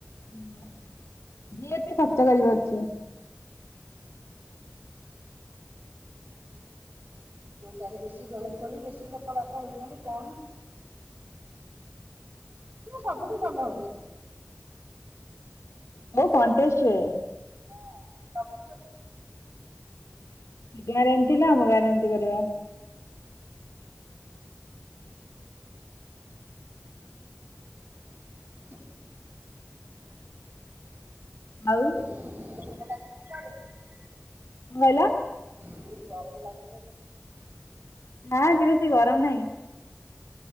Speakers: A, on the left; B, on the right.
A: ହଁ ଯିଏ ବି ଖର୍ଚ୍ଚ କରିପାରୁଚି।
B: ଦୋ ଚାରି ବେଶୀ ଦୋଳି ଖୋଳି ବେଶୀ ଲୋକ ବାପ ହଉଚନ୍ତି କଣ ସବୁଠି ଭଲ ହଉଚି।
A: କଣ୍ଟେକ୍ସଟ ରେ।
B: ହଁ ସବୁଠି ତ
A: ଗ୍ୟାରେଣ୍ଟି ଥିଲା ଆମ ଗ୍ୟାରେଣ୍ଟି କରିବା।
B: <inaudible>
A: ଆଉ
B: <unintelligible>
A: <unintelligible>
B: ବହୁତ ଗରମ ଲାଗୁଚି
A: ନା ଆଜି ବେଶି ଗରମ ନାହିଁ।